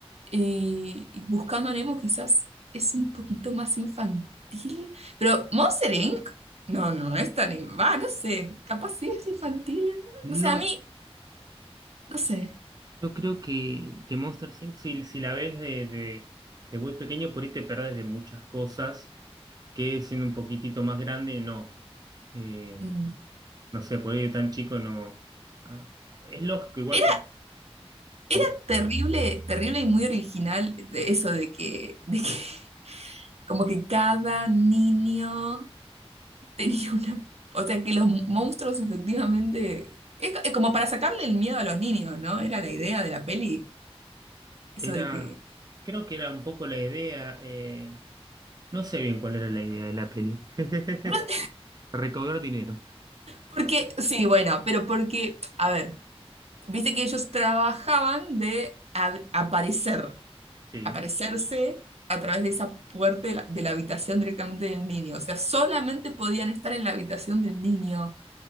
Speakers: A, on the right; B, on the right.
A: Eh, y Buscando a Nemo quizás es un poquito más infantil, pero Monster Inc. No, no no es tan... in- Va, no sé, capaz sí es infantil.
B: No,
A: No sé, a mí, no sé.
B: yo creo que, que Monsters Inc., si, si la ves de, de, de muy pequeño, por ahí te perdés de muchas cosas que siendo un poquitito más grande, no. Eh,
A: Mm.
B: no sé, por ahí de tan chico no. Ah, es lógico, igual
A: Era,
B: con- con-
A: era terrible, terrible y muy original de eso de que, de que <laughs> como que cada niño tenía una... O sea, que los monstruos efectivamente... Es, co- es como para sacarle el miedo a los niños, ¿no? Era la idea de la peli, eso
B: era.
A: de que...
B: Creo que era un poco la idea. eh, no sé bien cuál era la idea de la peli. <laughs>
A: bueno,
B: Recaudar dinero.
A: Porque, sí, bueno, pero porque, a ver, viste que ellos trabajaban de ab- aparecer,
B: Sí.
A: aparecerse a través de esa puerta de la, de la habitación directamente del niño. O sea, solamente podían estar en la habitación del niño.